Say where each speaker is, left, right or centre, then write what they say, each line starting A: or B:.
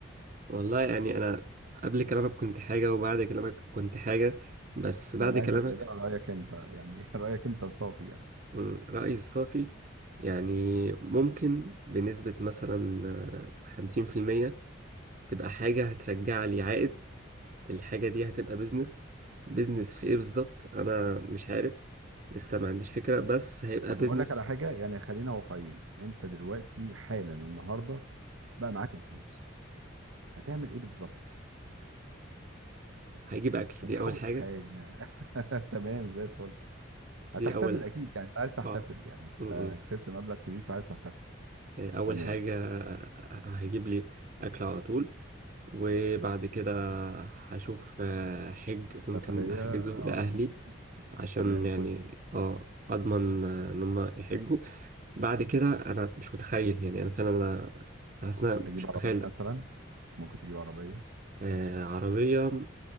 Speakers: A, on the right (about 40°); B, on the right (about 80°).
A: والله يعني أنا قبل كلامك كنت حاجة وبعد كلامك كنت حاجة بس
B: لا
A: بعد
B: انا
A: كلامك
B: عايز لا رايك انت يعني <laughs> رايك انت صافي يعني
A: مم، رأيي الصافي يعني ممكن بنسبة مثلا آه، خمسين في المية تبقى حاجة هترجع لي عائد الحاجة دي هتبقى بيزنس بيزنس في إيه بالظبط أنا مش عارف لسه ما عنديش فكرة بس هيبقى
B: طب
A: بيزنس
B: هقول لك على حاجه يعني خلينا واقعيين انت دلوقتي حالا النهارده بقى معاك الفلوس هتعمل ايه بالظبط
A: هيجيب أكل
B: هتحول
A: دي أول حاجة
B: حاجه <laughs> تمام زي الفل هتحتفل
A: دي أول
B: اكيد يعني انت عايز تحتفل
A: آه
B: يعني انت
A: مم، مم.
B: كسبت مبلغ كبير فعايز تحتفل
A: آه، أول
B: تمام
A: حاجة آه، هيجيب لي أكل على طول وبعد كده هشوف آه، حج ممكن
B: سفريه
A: احجزه
B: اه
A: لاهلي
B: ممكن
A: عشان
B: تمام
A: يعني
B: كويس جدا
A: اه اضمن آه، ان هم يحجوا بعد كده انا مش متخيل يعني انا فعلا انا حاسس ان انا
B: تجيب
A: مش متخيل
B: عربيه مثلا ممكن تجيب عربيه
A: آه عربيه